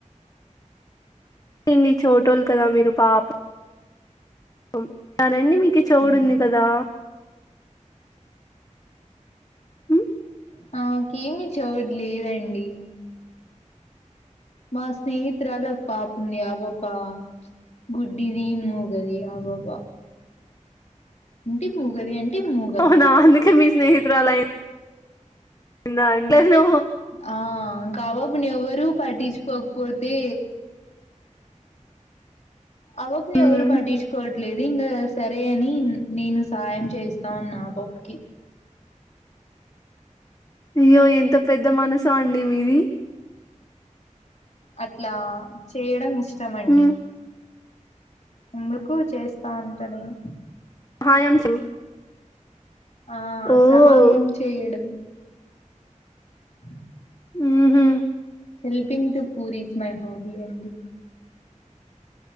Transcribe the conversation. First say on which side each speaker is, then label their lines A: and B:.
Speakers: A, on the left; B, on the left.
A: ఎన్ని చెవిటోళ్లు కదా మీరు పా <inaudible> పం కదండి మీకి చౌడు
B: మ్మ్
A: ఉంది కదా మ్మ్
B: నాకేమీ చౌడ్ లేదండి మా స్నేహితురాలు ఒక పాప ఉంది ఆ పాప గుడ్డిది మూగది ఆ పాప అంటే ముగది అంటే ముగ
A: అవునా అందుకే మీ స్నేహితురాలు అయ్యిం <inaudible> దా ఎట్లేట్లో
B: ఆ ఇంకా ఆ పాపను ఎవ్వరు పట్టిచుకోకపోతే ఆ పాపని
A: మ్మ్
B: ఎవరూ పట్టిచుకోవ లేదు ఇంగా సరే అని నేను సహాయం చేస్తా ఉన్నా ఆ పాపకి
A: అయ్యో ఎంత పెద్ద మనసో అండి మీది
B: అట్ల చేయడం ఇష్ ఇష్టమండి
A: మ్మ్
B: అందుకు చేస్త ఉంట నేను
A: <unintelligible>
B: ఆ
A: ఊహు
B: సహాయం చేయడం ఆ
A: ఉహు
B: helping to poor is my hobby అండి